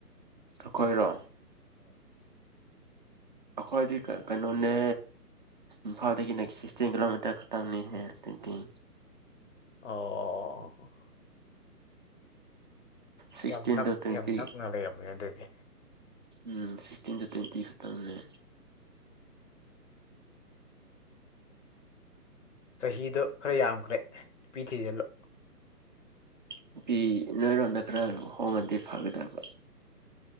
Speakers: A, on the right; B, on the left.
A: ꯑꯩꯈꯣꯏꯔꯣꯝ ꯑꯩꯈꯣꯏꯗꯤ ꯀꯩꯅꯣꯅꯦ ꯏꯝꯐꯥꯜꯗꯒꯤꯅꯦ ꯁꯤꯛꯁꯇꯤꯟ ꯀꯤꯂꯣꯃꯤꯇꯔ ꯈꯛꯇꯪꯅꯦꯍꯦ ꯑꯗꯨꯗꯤ
B: ꯑꯣ
A: ꯁꯤꯛꯁꯇꯤꯟꯗꯣ
B: ꯌꯥꯝ ꯅꯛ
A: ꯇ꯭ꯋꯦꯟꯇꯤ
B: ꯌꯥꯝ ꯅꯛꯅ ꯂꯩꯔꯝꯝꯕꯅꯤ ꯑꯗꯨꯏꯗꯤ
A: ꯎꯝ ꯁꯤꯛꯁꯇꯤꯟ ꯆ ꯇ꯭ꯋꯦꯟꯇ ꯁꯠꯇꯅꯦ
B: ꯆꯍꯤꯗꯣ ꯈꯔ ꯌꯥꯝꯈ꯭ꯔꯦ ꯅꯨꯄꯤ ꯊꯤꯖꯤꯜꯂꯨ
A: ꯅꯨꯄꯤ ꯅꯣꯏꯔꯣꯝꯗ ꯈꯔ ꯍꯣꯡꯉꯗꯤ ꯐꯒꯗꯕ